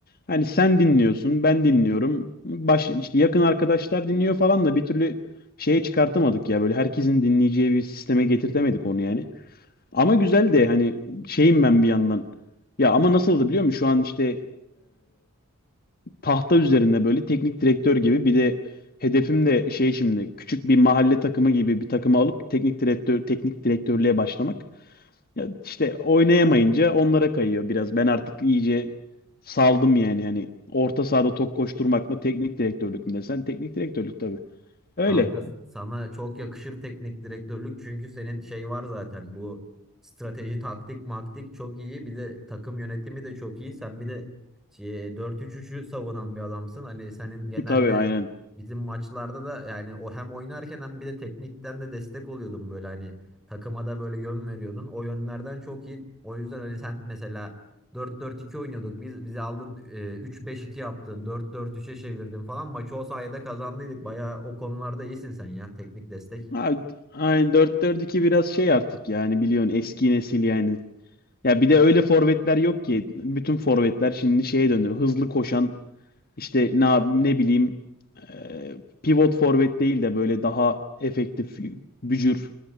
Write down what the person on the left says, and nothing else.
Hani sen dinliyorsun, ben dinliyorum. Baş, işte yakın arkadaşlar dinliyor falan da bir türlü şeye çıkartamadık ya. Böyle herkesin dinleyeceği bir sisteme getirtemedik onu yani. Ama güzel de hani şeyim ben bir yandan. Ya ama nasıldı biliyor musun? Şu an işte tahta üzerinde böyle teknik direktör gibi bir de hedefim de şey şimdi küçük bir mahalle takımı gibi bir takımı alıp teknik direktör teknik direktörlüğe başlamak. Ya işte oynayamayınca onlara kayıyor biraz. Ben artık iyice saldım yani hani orta sahada top koşturmak mı teknik direktörlük mü desen teknik direktörlük tabii. Öyle.
Tabii aynen.
Abi, aynen dört 4 2 biraz şey artık yani biliyorsun eski nesil yani. Ya bir de öyle forvetler yok ki. Bütün forvetler şimdi şeye döndü. Hızlı koşan İşte ne, ne bileyim e, pivot forvet değil de böyle daha efektif bücür.